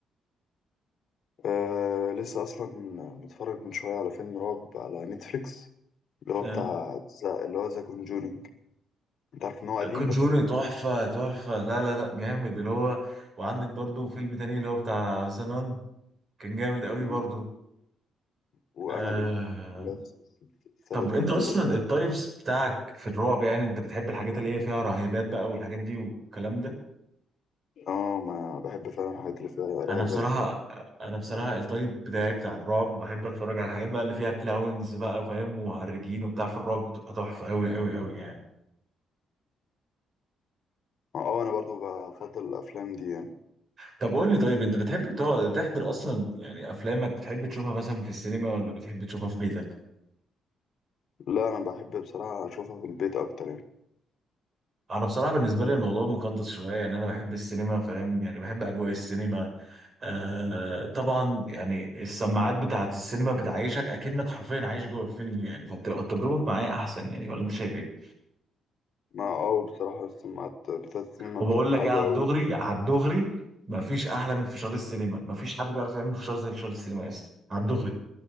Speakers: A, on the left (about 60°); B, on the right (about 40°).
A: آه لسه اصلا متفرج من شويه على فيلم رعب على نتفليكس اللي هو
B: آه.
A: بتاع زا اللي هو ذا كونجورينج انت عارف ان هو قديم
B: كونجوري
A: بس
B: تحفه تحفه لا لا لا جامد اللي هو وعندك برضو فيلم تاني اللي هو بتاع زنان كان جامد قوي
A: زمان.
B: برضو
A: وانابل
B: آه
A: بس السلاسل
B: طب انت
A: اللي
B: اصلا التايبس بتاعك في الرعب يعني انت بتحب الحاجات اللي هي فيها رهيبات بقى والحاجات دي والكلام ده
A: اه ما بحب فعلا الحاجات اللي فيها رهبات
B: انا بصراحه
A: يعني
B: انا بصراحه التايب بتاعي بتاع الرعب بحب اتفرج على الحاجات بقى اللي فيها كلاونز بقى فاهم ومهرجين وبتاع في الرعب بتبقى تحفه قوي قوي قوي يعني
A: اه آه، انا برضو بفضل الافلام دي يعني
B: طب قول لي طيب انت بتحب تقعد- تحضر اصلا يعني افلامك بتحب تشوفها مثلا في السينما ولا بتحب تشوفها في بيتك
A: لا انا بحب بصراحه اشوفها في البيت اكتر يعني
B: انا بصراحه بالنسبه لي الموضوع مقدس شويه يعني انا بحب السينما فاهم يعني بحب اجواء السينما آه طبعا يعني السماعات بتاعه السينما بتعيشك اكنك حرفيا عايش جوه الفيلم يعني فبتبقى التجربه معايا احسن يعني ولا انت شايف ايه
A: ما اه بصراحه السماعات بتاعت السينما
B: وبقول
A: بتبقى
B: لك
A: عاليه
B: ايه على
A: قوي
B: الدغري على الدغري مفيش احلى من فشار السينما مفيش حد بيعرف يعمل فشار زي فشار السينما يا اسطى على الدغري